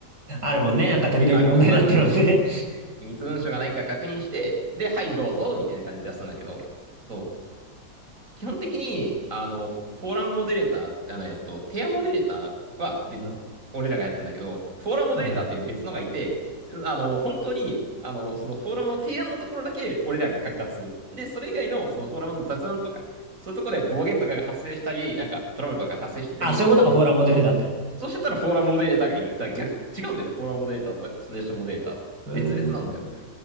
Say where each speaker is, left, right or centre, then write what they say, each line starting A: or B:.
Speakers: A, on the right; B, on the right.
A: あるもんね。なんか、
B: <laughs>
A: 時々問題になってるもんね。
B: あの、あの、そうそうそうそうそう、機密文書がないか確認して、で、はい、どうぞ、みたいな感じで出すんだけど、そう。基本的に、あの、フォフォーラムモデレーター、あの、えっと、テアモデレーターは別、
A: うん。
B: 俺らがやってんだけど、フォーラムモデレーターっていう別のがいて、
A: はいはいはい。
B: あの、本当に、あの、そのフォーラムの提案のところだけ俺らが管轄する。で、それ以外の、そのフォーラムの雑談とか、そういうところで暴言とかが発生したり、なんかトラブルとか発生してたり、
A: あ、そういうことか、フォーラムモデレーターって。
B: そうそうそうそう。そうしてたらフォーラムモデレーターがいる。だから逆、違うんだよね、フォーラムモデレーターとサジェストモデレーターって。
A: ええ、
B: 別々なんだよ。
A: そう。